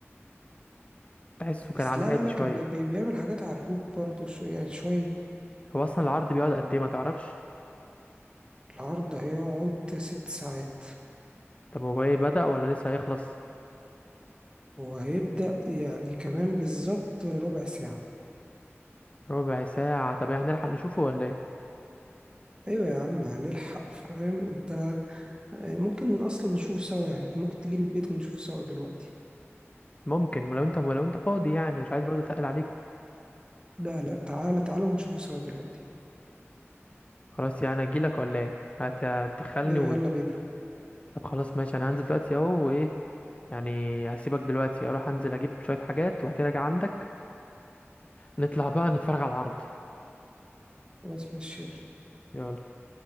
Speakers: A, on the left; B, on the right.
A: تحسه
B: بس
A: كان على
B: لا
A: هادي
B: لا لا
A: شويه
B: كان بي بي بيعمل حاجات على الروب برضو شو يعني شوية
A: هو اصلا العرض بيقعد قد ايه ما تعرفش
B: العرض هيقعد ست ساعات
A: طب هو ايه بدأ ولا لسه هيخلص
B: وهيبدأ يعني كمان بالظبط ربع ساعة
A: ربع ساعه طب إيه، هنلحق نشوفه ولا ايه
B: أيوة يا عم هنلحق فاهم أنت آه، ممكن أصلا نشوفه سوا يعني ممكن تجيلي البيت ونشوفه سوا دلوقتي
A: ممكن لو انت لو انت فاضي يعني مش عايز برضه اتقل عليكم
B: لا لا تعالى تعالى ونشوفه سوا دلوقتي
A: خلاص يعني اجيلك ولا ايه هت- هتدخلني
B: أيوة
A: و...
B: يلا بينا
A: طب خلاص ماشي انا هنزل دلوقتي اهو وايه يعني هسيبك دلوقتي اروح انزل اجيب شويه حاجات وبعد كده اجي عندك نطلع بقى نتفرج على العرض
B: خلاص ماشي يلا
A: يلا